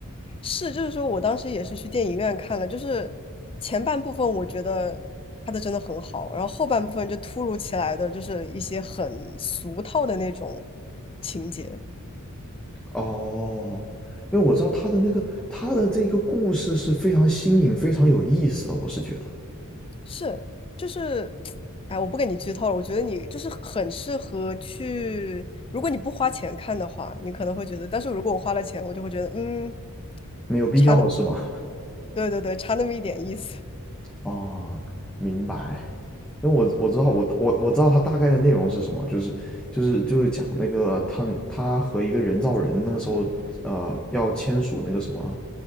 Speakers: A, on the left; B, in the centre.
A: 是，就是说我当时也是去电影院看了，就是前半部分我觉得拍的真的很好，然后后半部分就突如其来的就是一些很俗套的那种情节。
B: 哦，因为我知道他的那个他的这个故事是非常新颖、非常有意思的，我是觉得
A: 是，就是，哎，我不跟你剧透了。我觉得你就是很适合去，如果你不花钱看的话，你可能会觉得，但是如果我花了钱，我就会觉得，嗯，
B: 没有必要是吗？
A: 差那么，对对对，差那么一点意思，
B: 哦，明白。因为我我知道我我我知道它大概的内容是什么，就是就是就是讲那个他他和一个人造人那个时候呃要签署那个什么